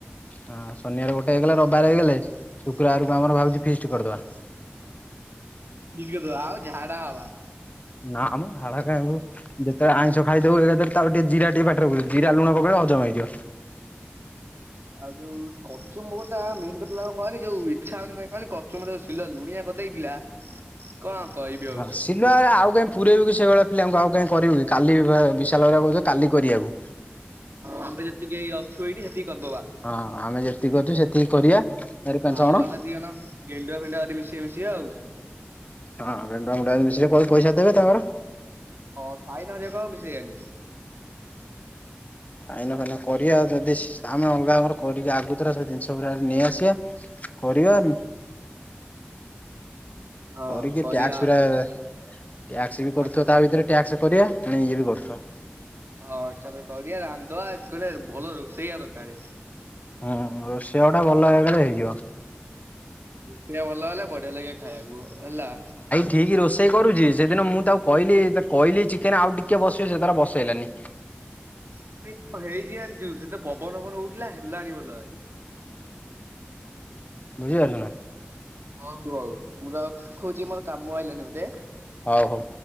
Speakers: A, on the left; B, on the right.
A: ହଁ ଶନିବାର ଗୋଟେ ହେଇଗଲା, ରବିବାର ହେଇଗଲେ ଶୁକ୍ରବାରକୁ ଆମର ଭାବୁଛି ଫିଷ୍ଟ କରିଦବା।
B: ଠିକ୍ କଥା ଆଉ ଝାଡା ହବା।
A: ନା ଆମର ଧଡ଼ା କବ <unintelligible> ଯେତେବେଳେ ଆଇଁଷ ଖାଇଥିବୁ ଏକାଥରେ ତାକୁ ଟିକେ ଜିରା ଟିକେ ପାଟିରେ ପକେଇଦେବୁ ଜିରା ଲୁଣ ପକେଇଲେ ହଜମ ହେଇଯିବ।
B: ଆଉ ଯୋଉ କଚୁମ୍ବୋରଟା ମେନ୍ କଥା କଣ କହନି ଯଉ ଇଚ୍ଛା ହଉନି କହି କହନି ମ୍ବର ଯୋଉ ଶିଲ ଲୁଣିଆ କରିଦେଇଥିଲା କଣ କହିବି ଆଉ
A: ହଁ
B: ତାକୁ।
A: ଶିଲୁଆ ର ଆଉ କେ ପୁରଇବୁକି ସେଇଭଳିଆ ପିଲାଙ୍କୁ ଆଉ କାହିଁ କରିବୁ କି, କାଲି ବା ଵିଶାଲ ଘରିଆ କହୁଥିଲେ କାଲି କରିବାକୁ।
B: ହଁ ଆମେ ଯେତିକି ହେଇ ଅଛୁ ଏଇଠି ସେତିକି କରିଦବା।
A: ହଁ ଆମେ ଯେତିକି ଅଛୁ ସେତିକି କରିବା ଚାରି ପାଞ୍ଚ
B: ଆଉ
A: ଜଣ।
B: ଜଣେ ଦି ଗେଣ୍ଡୁଆ ଫେଣ୍ଡୁଆ କରି ମିଶିବେ ମିଶିବେ ଆଉ।
A: ହଁ ଗାଣ୍ଡୁଆ କୁ ଡାକେନି ସେ ପଇସା ଦେବେ ତାଙ୍କର।
B: ହଁ ସାଇନ ଘେରିକା ଆଉ ମିଶେଇବାନି।
A: ଆଇନା ଫାଇନା କରିବା, ଯଦି ସେ ଆମେ ଅଲଗାଘର କରିବା ଆଗୁତୁରା ସେ ଜିନିଷ ଗୁଡା ନେଇଆସିବା। କରିବା
B: ହଁ
A: କରିକି
B: କରିବା
A: ଟ୍ୟାକ୍ସ ଗୁଡା
B: ଆଗରୁ
A: ଟ୍ୟାକ୍ସ ବି କରୁଥିବ
B: ଆଗରୁ
A: ତା ଭିତରେ ଟ୍ୟାକ୍ସ କରିବା ଫୁଣି ଇଏ ବି କରୁଥିବା।
B: ହଁ ଏକାଥରେ କରିବା ରାନ୍ଧି ଦବା କଲେ ଭଲ ରୋଷେଆ ଦରକାରେ।
A: ହୁଁ ରୋଷେଆ ଗୋଟେ ଭଲ ହେଇଗଲେ ହେଇଯିବ।
B: ହଁ ରୋଷେଇଆ ଭଲ ହେଲେ, ବଢିଆ ଲାଗେ ଖାଇବାକୁ ହେଲା।
A: ଠିକି ରୋଷେଇ କରୁଛି, ସେଦିନ ମୁଁ ତାକୁ କହିଲି କହିଲି ଚିକେନ ଆଉ ଟିକିଏ ବସିବ ସେ ତାର ବସେଇଲାନି।
B: ଆବେ କଁ ହେଇଛି ଜାଣିଛୁ, ସେଦିନ ପବନ ଫବନ ହଉଥିଲା, ହେଲାଣିି ଭଲ ଆଉ।
A: ବୁଝିପାରିଛୁ ନା।
B: ହଉ ହଉ ମୁଁ ରଖୁଛି ମୋର କାମ ଆଇିଲାଣିି ଗୋଟେ।
A: ହଉ ହଉ।